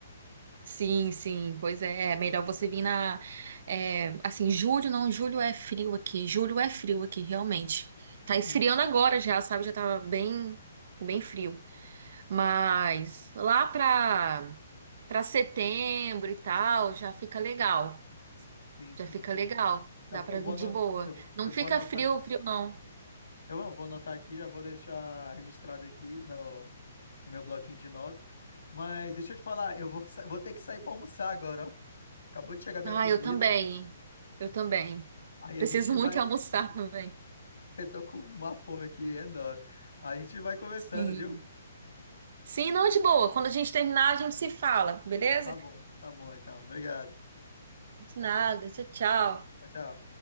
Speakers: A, on the right (about 55°); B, on the left (about 90°).
A: Sim, sim, pois é. É melhor você vir na. é, assim, julho não, julho é frio aqui. Julho é frio aqui, realmente. Tá esfriando
B: Uhum.
A: agora já, sabe? Já tava bem, bem frio. Mas lá para para setembro e tal, já fica legal.
B: Sim, sim,
A: Já fica
B: entendi.
A: legal.
B: Eu,
A: Dá
B: vou-
A: para
B: eu vou
A: vir
B: anotar,
A: de boa.
B: eu,
A: Não
B: eu
A: fica
B: vou anotar
A: frio,
B: aqui.
A: frio não.
B: Eu vou vou anotar aqui, já vou deixar registrado aqui no, no meu bloquinho de nota. Mas deixa eu te falar, eu vou, sa- vou ter que sair para almoçar agora, ó. Acabou de chegar minha
A: Ah,
B: comida.
A: eu também. Eu também.
B: Aí a
A: Preciso
B: gente
A: muito
B: vai.
A: <laughs> almoçar
B: <laughs>
A: também.
B: Eu tô com uma fome aqui enorme. A gente vai conversando,
A: Sim.
B: viu?
A: Sim, não de boa. Quando a gente terminar, a gente se fala, beleza?
B: Tá bom, tá bom então. Obrigado.
A: De nada. Tchau, tchau.
B: Tchau, tchau.